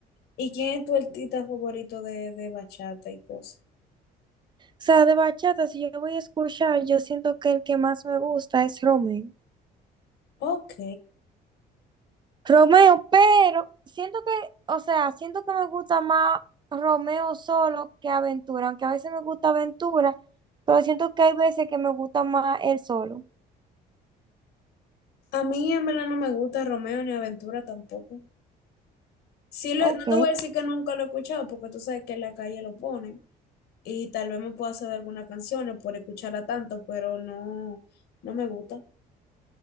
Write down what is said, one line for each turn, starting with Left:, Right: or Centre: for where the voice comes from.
Left: ¿Y quién es tu artista favorito de, de bachata y cosas?
Right: O sea, de bachata, si yo voy a escuchar, yo siento que el que más me gusta es Romeo.
Left: Ok.
Right: Romeo, pero siento que, o sea, siento que me gusta más Romeo solo que Aventura, aunque a veces me gusta Aventura, pero siento que hay veces que me gusta más él solo.
Left: A mí en verdad no me gusta Romeo ni Aventura tampoco. Sí, lo-
Right: Ok,
Left: no te voy a decir que nunca lo he escuchado porque tú sabes que en la calle lo ponen. y tal vez me pueda hacer algunas canciones por escucharla tanto, pero no, no me gusta.